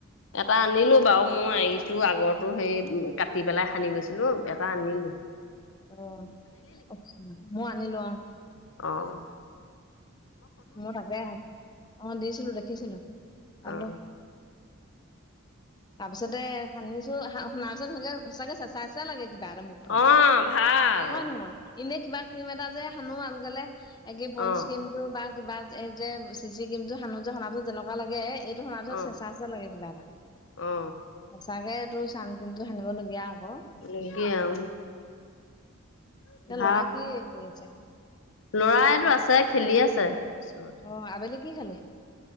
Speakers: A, on the left (about 60°); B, on the left (about 20°).
A: এটা আনিলোঁ বাৰু মই এইটো আগৰটো সেই কাটি পেলাই সানি গৈছিলোঁ এটা আনিলোঁ। <inaudible>
B: অ অ মই আনিলোঁ অঁ।
A: অঁ।
B: ময়ো তাকে আহ অ দিছিলোঁ দেখিছিলোঁ পালোঁ।
A: অ <inaudible>
B: তাৰ পিছতে সানিছো সনাৰ পিছত সে সঁচাকে চেঁচা চেঁচা লাগে কিবা এটা। খন‌
A: অ ভাল
B: হয় নহয় এনে কিবা ক্ৰীম এটা যে সানো আনকালে একে পঞ্চক্ৰীম
A: অ
B: টো বা কিবা এই যে চি চি কিৰিম টো সানো যে শনা পিছত যেনেুৱা লাগে এই টো সনা পিছত
A: অ
B: চেঁচা চেঁচা লাগে কিবা এটা-
A: অ
B: সঁচাকে এইটো চান কিৰিমটো সানিবলগীয়া আকৌ।
A: লাগে, অ'! <unintelligible>
B: এ ল'ৰা কি কৰি আছে
A: ল'ৰাইটো আছে, খেলি আছে, ওচৰতে।
B: অ'! আবেলি কি খালি?